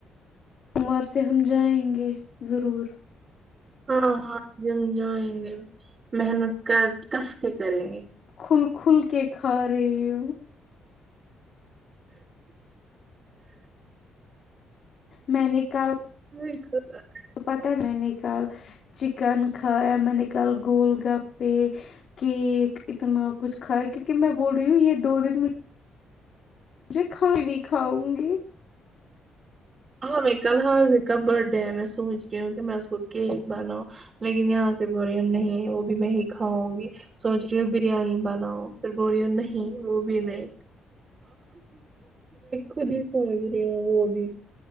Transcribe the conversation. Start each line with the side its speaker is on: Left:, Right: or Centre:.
Left: سوموار سے ہم جائیں گے ضرور
Right: ہاں ہاں جم جائیں گے محنت کر کس کے کریں گے
Left: کھل کھل کے کھاارے ہ میں نے کہ
Right: <inaudible>
Left: پت ہے میں نے کل چکن کھایا میں نے کل گول گپے کیک اتنا کچھ کھایا کیونکہ میں بول رہی ہوں یہ دو دن میں مجھے کھائی نہیں کھاؤں گی
Right: ہاں میں کل حضر کا برھ ڈے ہے میں سوچ رہی ہوں کہ میں اس کو کیک بناؤ لیکن یہاں سے بوریون نہیں ہے وہ بھی میں ہی کھاؤں گی سوچ رہی ہوں بریانی بناؤ پھر بوری نہیں وہ بھی نہیں خود ہی سو ہوگی